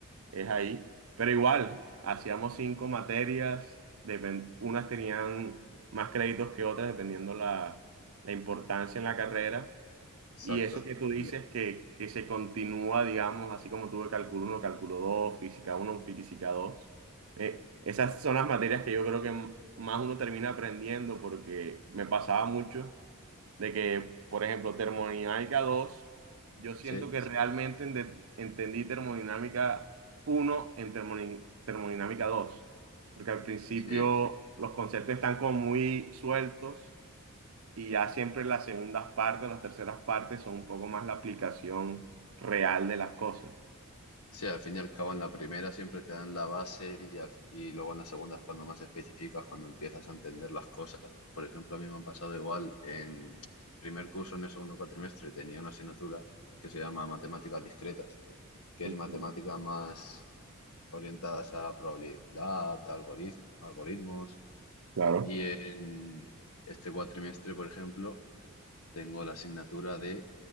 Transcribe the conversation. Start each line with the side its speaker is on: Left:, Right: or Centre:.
Right: es ahí. Pero igual, hacíamos cinco materias, depen- unas tenían más créditos que otras, dependiendo la, la importancia en la carrera.
Left: exacto.
Right: Y eso que tú
Left: doble.
Right: dices que, que se continúa, digamos, así como tuve cálculo uno cálculo dos física uno física dos eh, esas son las materias que yo creo que m- más uno termina aprendiendo porque me pasaba mucho de que, por ejemplo, termodinámica dos yo siento
Left: Sí,
Right: que realmente ende- entendí termodinámica uno en termoni- termodinámica dos porque al principio
Left: sí.
Right: los conceptos están como muy sueltos y ya siempre las segundas partes, las terceras partes son un poco más la aplicación real de las cosas.
Left: Sí, al fin y al cabo en la primera siempre te dan la base y, al- y luego en la segunda es cuando más especificas, cuando empiezas a entender las cosas. Por ejemplo, a mí me han pasado igual en primer curso, en el segundo cuatrimestre, tenía una asignatura que se llama Matemáticas Discretas, que es
Right: Ujú,
Left: matemática más orientadas a probabilidad, algorit- algoritmos.
Right: Claro,
Left: Y en este cuatrimestre, por ejemplo, tengo la asignatura de